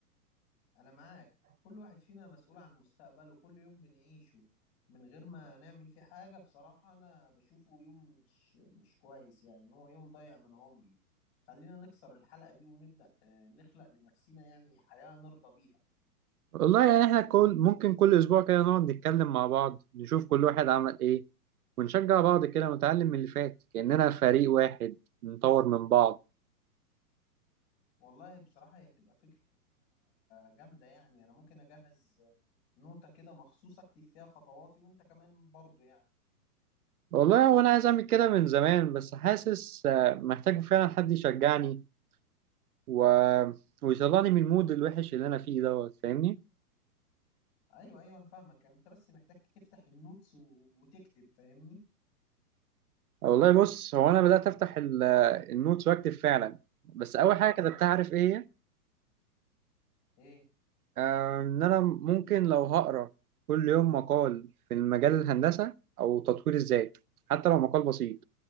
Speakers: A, on the left; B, on the right.
A: انا معاك كل واحد فينا مسؤول عن مستقبله كل يوم بنعيشه من غير ما نعمل فيه حاجة بصراحة انا بشوفه يوم مش مش كويس يعني هو يوم ضايع من عمري خلينا نكسر الحلقة دي ونبدأ آه، نخلق لنفسنا يعني حياة نرضى بيها
B: والله يعني احنا كل ممكن كل اسبوع كده نقعد نتكلم مع بعض نشوف كل واحد عمل ايه ونشجع بعض كده ونتعلم من اللي فات كاننا فريق واحد نطور من بعض
A: والله بصراحة هي هتبقى فكرة جامدة يعني أنا ممكن أجهز نوتة كده مخصوص أكتب فيها خطواتي وأنت كمان برضو يعني
B: والله وانا عايز اعمل كده من زمان بس حاسس آه، محتاج فعلا حد يشجعني و... ويطلعني من المود الوحش اللي انا فيه دوت فاهمني
A: أيوه أيوه أنا فاهمك أنت بس محتاج تفتح النوتس و- وتكتب فاهمني
B: آه، والله بص هو انا بدات افتح ال- آه، النوتس واكتب فعلا بس اول حاجه كتبتها عارف ايه هي؟
A: إيه
B: آه، ان انا ممكن لو هقرا كل يوم مقال في المجال الهندسه او تطوير الذات حتى لو مقال بسيط